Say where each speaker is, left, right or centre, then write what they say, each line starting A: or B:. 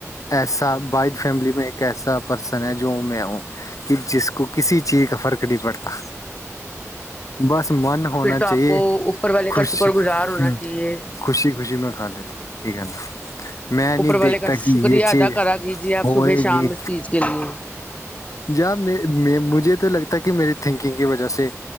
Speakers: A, on the left (about 85°); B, on the left (about 25°).
A: ایسا بائد فیملی میں ایک ایسا پرسن ہے جو میں ہوں کہ جس کو کسی چیز کا فرق نہیں پڑتا بس من ہونا
B: پھر تو آپ
A: چاہیے
B: کو اوپر <unintelligible>
A: خوشی
B: گزار ہونا
A: ہ
B: چاہیے
A: خوشی خوشی میں کر لیتا ہوں ٹھیک ہے نا میں نہیں
B: اوپر والے
A: دیکھتا
B: کا شکریہ
A: کہ یہ
B: ادا
A: چیز
B: کرا کیجیے آپ
A: ہوئے
B: صبح شام
A: گی
B: اس چیز کے لیے
A: ج میں <unintelligible> مجھے تو لگتا ہے کہ میرے <unintelligible> تھنکنگ کی وجہ سے